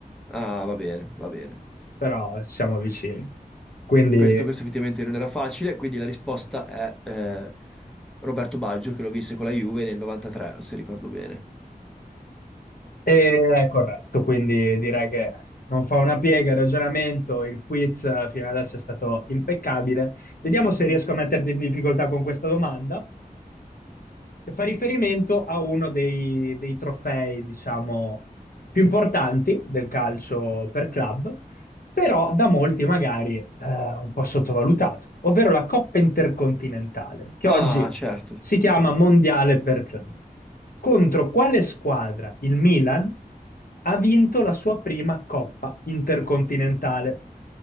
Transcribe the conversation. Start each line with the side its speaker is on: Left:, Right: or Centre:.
Centre: ah, va bene, va bene.
Left: però siamo vicini. Quindi
Centre: Questo, questo effettivamente non era facile, quindi la risposta è eh, Roberto Baggio che lo vinse con la Juve nel 93, se ricordo bene.
Left: eh, è corretto, quindi direi che non fa una piega il ragionamento. Il quiz eh, fino adesso è stato impeccabile. Vediamo se riesco a metterti in difficoltà con questa domanda. che fa riferimento a uno dei, dei trofei, diciamo, più importanti del calcio per club, però da molti magari eh, un po' sottovalutato, ovvero la Coppa Intercontinentale, che
Centre: Ah,
Left: oggi
Centre: certo.
Left: si chiama Mondiale per club. Contro quale squadra il Milan ha vinto la sua prima Coppa Intercontinentale?